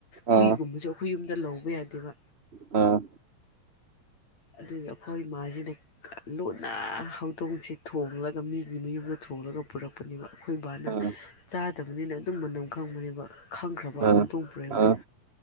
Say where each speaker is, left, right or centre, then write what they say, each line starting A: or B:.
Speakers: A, on the left; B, on the right.
A: ꯍꯨꯏꯒꯨꯝꯕꯁꯨ
B: ꯑꯥ
A: ꯑꯩꯈꯣꯏ ꯌꯨꯝꯗ ꯂꯧꯕ ꯌꯥꯗꯦꯕ
B: ꯑꯥ
A: ꯑꯗꯨꯗꯤ ꯑꯩꯈꯣꯏ ꯏꯃꯁꯤꯅ ꯂꯨꯅ ꯍꯧꯗꯣꯡꯁꯦ ꯊꯣꯡꯂꯒ ꯃꯤꯒꯤ ꯃꯌꯨꯝꯗ ꯊꯣꯡꯂꯒ ꯄꯨꯔꯛꯄꯅꯦꯕ ꯑꯩꯈꯣꯏ ꯏ ꯕꯥꯅ
B: ꯑꯥ
A: ꯆꯥꯗꯕꯅꯤꯅ ꯑꯗꯨꯝ ꯃꯅꯝ ꯈꯪꯕꯅꯦꯕ ꯈꯪꯈ꯭ꯔꯕ
B: ꯑꯥ
A: ꯍꯧꯗꯣꯡꯄ꯭ꯔꯦꯡꯗ
B: ꯑꯥ